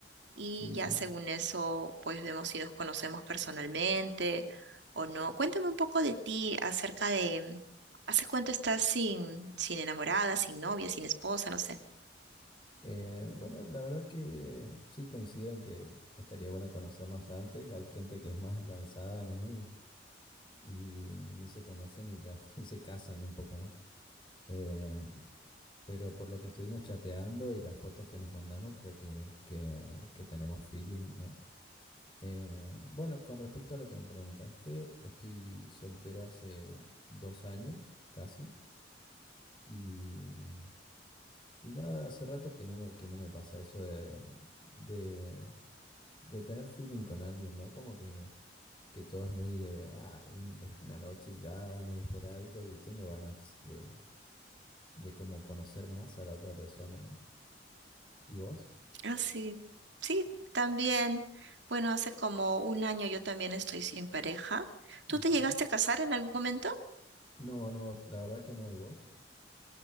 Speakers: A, on the right (about 75°); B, on the left (about 25°).
A: y
B: sí,
A: ya
B: sí.
A: según eso pues vemos si nos conocemos personalmente o no. Cuéntame un poco de ti acerca de ¿hace cuánto estás sin, sin enamorada, sin novia, sin esposa? No sé.
B: Eh, bueno, la verdad que sí coincido en que estaría bueno conocernos antes. Hay gente que es más lanzada, ¿no? Y, y ni se conocen y ya <laughs> se casan un poco más. Eh, pero por lo que estuvimos chateando y las fotos que nos mandamos, creo que, que, que tenemos feeling, ¿no? Eh, bueno, con respecto a lo que me preguntaste, estoy soltero hace dos años casi y, y nada, hace rato que no, me- que no me pasa eso de, de, de tener feeling con alguien, ¿no? Como que, que todo es muy de, ah, un- es una noche y ya, muy esporádico y tengo ganas de, de como conocer más a la otra persona, ¿no? ¿Y vos?
A: Ah, sí, sí, también. Bueno, hace como un año yo también estoy sin pareja.
B: Ujú.
A: ¿Tú te llegaste a casar en algún momento?
B: No, no, la verdad que no, ¿y vos?